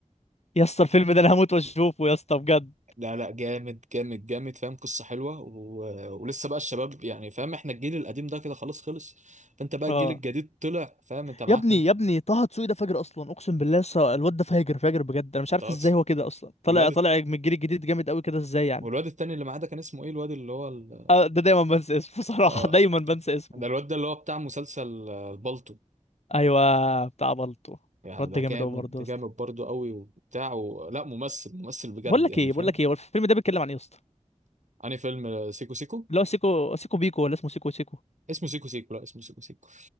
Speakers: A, on the left; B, on the right.
A: يا اسطى الفيلم ده انا هموت واشوفه يا اسطى بجد
B: لا لا جامد جامد جامد فاهم قصة حلوة و... ولسه بقى الشباب يعني فاهم احنا الجيل القديم ده كده خلاص خلص فانت بقى
A: اه
B: الجيل الجديد طلع فاهم انت معاك
A: يا ابني
B: م-
A: يا ابني طه دسوقي ده فاجر اصلا اقسم بالله يا اسطى الواد ده فاجر فاجر بجد انا مش عارف
B: تلاتة
A: ازاي هو كده اصلا طالع
B: والواد
A: طالع من الجيل الجديد جامد قوي كده ازاي يعني
B: والواد التاني اللي معاه ده كان اسمه ايه الواد اللي هو ال...
A: آه، ده دايما بنسى اسمه <laughs> صراحة
B: آه...
A: دايما بنسى اسمه
B: ده الواد ده اللي هو بتاع مسلسل آه، بالطو
A: ايوه بتاع بلطو
B: يعني
A: الواد
B: ده
A: ده
B: جامد
A: جامد قوي برضه
B: ده
A: يا اسطى
B: جامد برضه قوي وبتاع و... لا ممثل ممثل بجد
A: بقول لك
B: يعني
A: ايه
B: فاهم
A: بقول لك ايه هو الفيلم ده بيتكلم عن ايه يا اسطى
B: انهي فيلم آه، سيكو سيكو
A: اللي هو سيكو سيكو بيكو ولا اسمه سيكو سيكو
B: اسمه سيكو سيكو لا اسمه سيكو سيكو